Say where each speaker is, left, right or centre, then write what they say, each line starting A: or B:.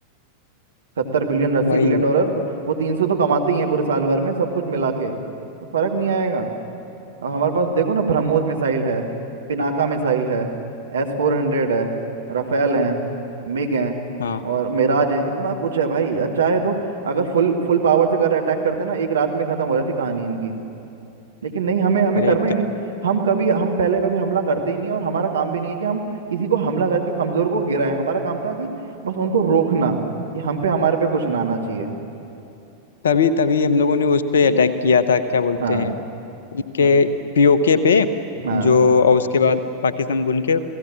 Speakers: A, on the right (about 70°); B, on the left (about 65°).
A: सत्तर बिलियन अस्सी
B: वही
A: बिलियन
B: है
A: डॉलर तो वो तीन सौ तो कमाते ही हैं पूरे साल भर में सब कुछ मिला के तो फर्क नहीं आएगा अब हमारे पास देखो ना ब्रह्मोस मिसाइल है पिनाका मिसाइल है एस फोर हंड्रेड है राफेल है मिग हैं
B: हाँ
A: और मिराज हैं इतना कुछ है भाई और चाहे तो अगर फुल फुल पावर से अगर अटैक करते ना एक रात में खत्म हो जाती कहानी इनकी लेकिन नहीं हमें हमें
B: अरे
A: करना ही
B: क-
A: नहीं है। हम कभी हम पहले कभी हमला करते ही नहीं और हमारा काम भी नहीं है कि हम किसी को हमला करके कमजोर को गिराएं हमारा काम था कि बस उनको रोकना कि हम पे हमारे पे कुछ ना आना चाहिए
B: तभी तभी हम लोगों ने उस पे अटैक किया था क्या बोलते
A: हाँ
B: हैं उनके
A: हाँ
B: पीओके पे
A: हाँ
B: जो और उसके बाद पाकिस्तान गुन के